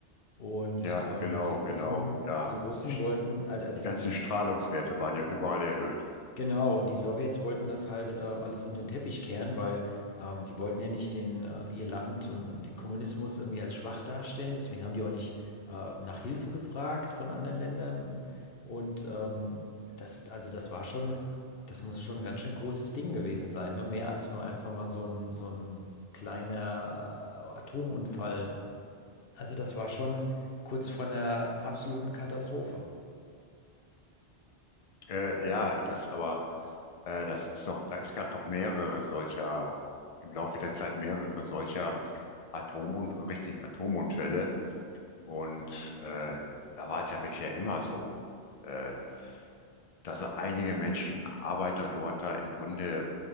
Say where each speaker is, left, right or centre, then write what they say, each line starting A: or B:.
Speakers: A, on the left (about 60°); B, on the left (about 45°).
A: Und
B: Ja,
A: ähm,
B: genau,
A: die Russen,
B: genau, ja.
A: die Russen
B: Die,
A: wollten, also
B: die ganzen
A: die, die
B: Strahlungswerte waren ja überall erhöht.
A: Genau, und die Sowjets wollten das halt äh, alles unter den Teppich kehren, weil ähm, sie wollten ja nicht den, äh, ihr Land und, und den Kommunismus irgendwie als schwach darstellen. Deswegen haben die auch nicht äh, nach Hilfe gefragt von anderen Ländern. Und, und ähm, das, also das war schon, das muss schon ein ganz schön großes Ding gewesen sein, ne? Mehr als nur einfach mal so ein, so ein kleiner äh, Atomunfall. Also das war schon kurz vor einer absoluten Katastrophe.
B: Äh, ja, das aber. Äh, das ist doch, da, es gab doch mehrere solcher, im Laufe der Zeit mehrere solcher Atom richtigen Atomunfälle. Und äh, da war es ja bisher immer so, äh, dass einige Menschen, Arbeiter dort da im Grunde